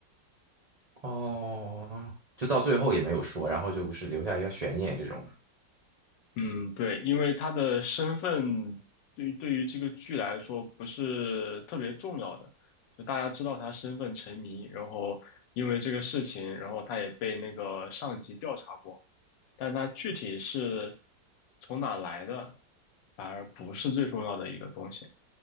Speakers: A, on the right (about 60°); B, on the left (about 80°).
A: 哦，就到最后也没有说，然后就是留下一个悬念这种。
B: 嗯，对，因为他的身份对于对于这个剧来说不是特别重要的，就大家知道他身份成谜，然后因为这个事情，然后他也被那个上级调查过，但他具体是从哪来的，反而不是最重要的一个东西。